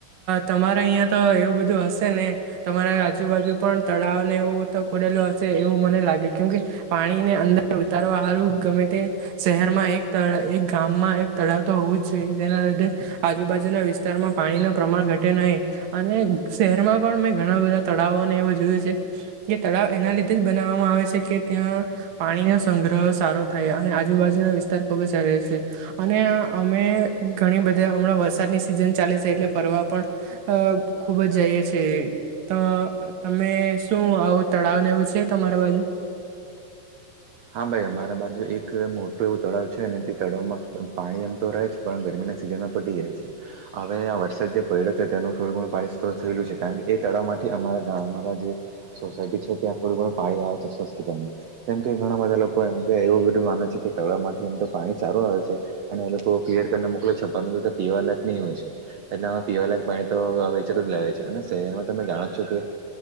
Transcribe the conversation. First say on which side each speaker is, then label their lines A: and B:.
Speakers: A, on the right; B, on the right.
A: તમારે અહિયાં તો એવું બધું હશે ને તમારા આજુબાજુ પણ તળાવને એવું તો ખોલેલો હશે એવું મને લાગે કેમ કે પાણી ને અંદર ઉતારવા હારું ગમે તે શહેરમાં એક એક ગામમાં એક તળાવ તો હોવું જ જોઈએ જેના લીધે આજુબાજુના વિસ્તારમાં પાણી નું પ્રમાણ ઘટે નહીં અને શહેરમાં પણ મેં ઘણા બધા તળાવોને એવું જોયું છે કે તળાવ એના લીધે જ બનાવવામાં આવે છે કે ત્યાં પાણી નો સંગ્રહ સારો થાય અને આજુબાજુના વિસ્તાર ખુબ જ સરસ રે અને આ અમે ઘણી બધી હમણાં વરસાદની સિઝન ચાલે છે એટલે ફરવા પણ અ ખૂબ જ જાય તમે શું આવું તળાવ ને એવું છે તમારી બાજુ
B: હા ભાઈ અમારા બાજુ એક મોટું એવું તળાવ છે અને તે તળાવમાં પાણી એમ તો રહે છે પણ ગરમી સિઝનમાં પતી જાય છે હવે આ વરસાદ જે પડ્યો છે તેનું થોડું ઘણું પાણી સ્ટોર થયેલુ છે કારણ કે એ તળાવમાં થી અમારા ગામ જે સોસાયટી છે ત્યાં થોડું ઘણું પાણી આવે છે, સ્વસ્ટીકર કેમ કે ઘણા બધા લોકો એમ કે એવું બધું માને છે કે તળાવમાંથી એમ તો પાણી સારું આવે છે અને એ લોકો ક્લિયર કરને મોકલે છે પીવા લાયક નહી હોય છે એટલેમાં પીવાલાયક પાણી તો વેચાતું જ લાવે છે, અને શહેરમાં જાણો છો કે